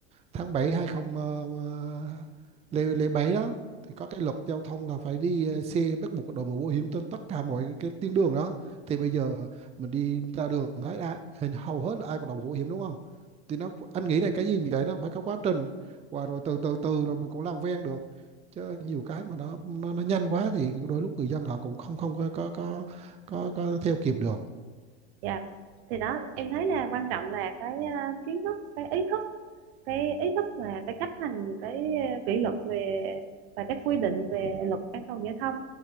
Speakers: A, on the right; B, on the right.
A: tháng 7 20 uh, lễ lễ 7 đó thì có cái luật giao thông là phải đi ờ, xe bắt buộc đội mũ bảo hiểm trên tất cả mọi cái tuyến đường đó thì bây giờ mình đi ra đường thấy là hình hầu hết là ai có đội mũ bảo hiểm đúng không thì nó anh nghĩ là cái gì như vậy nó phải có quá trình và rồi từ từ từ rồi mình cũng làm quen được chứ nhiều cái mà nó nó, nó nhanh quá thì đôi lúc người dân họ cũng không không có có có, có, có theo kịp được
B: Dạ, thì đó em thấy là quan trọng là cái à, kiến thức, cái ý thức, cái ý thức và cái chấp hành cái à, kỷ luật về và các quy định về luật an toàn giao thông.